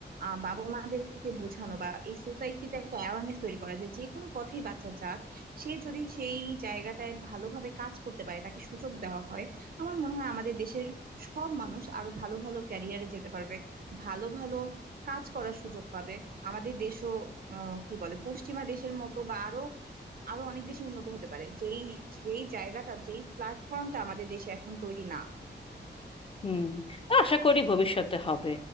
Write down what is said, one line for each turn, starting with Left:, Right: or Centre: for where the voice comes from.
Right: আহ, বাবা মাদেরকে বোঝানো বা এই সোসাইটিতে একটা অ্যাওয়ারনেস তৈরি করা যে যে কোনো পথেই বাচ্চা যাক সে যদি সেই জায়গাটায় ভালোভাবে কাজ করতে পারে তাকে সুযোগ দেওয়া হয় আমার মনে হয় আমাদের দেশের সব মানুষ আরো ভালো ভালো ক্যারিয়ারে যেতে পারবে ভালো ভালো কাজ করার সুযোগ পাবে আমাদের দেশও আহ, কি বলে পশ্চিমা দেশের মতো বা আরো আরো অনেক বেশি উন্নত হতে পারে যেই যেই জায়গাটা যেই প্ল্যাটফর্মটা আমাদের দেশে এখন তৈরি না
Left: হুম আশা করি ভবিষ্যতে হবে